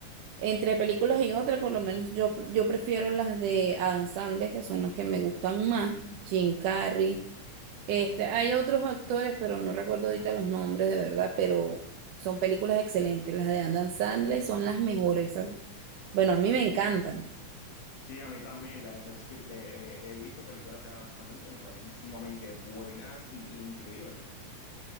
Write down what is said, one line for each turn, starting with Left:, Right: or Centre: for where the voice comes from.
Right: Entre películas y otras, por lo menos yo, yo prefiero las de Adam Sandler, que son las que me gustan más. Jim Carrey. Este, hay otros actores, pero no recuerdo ahorita los nombres de verdad, pero son películas excelentes. Las de Adam Sandler son las mejores. esas- Bueno, a mí me encantan.
Left: Sí, a mí también les, he escu- le- he he visto películas de Adam Sandler que me parecen sumamente buenas y, y increíbles.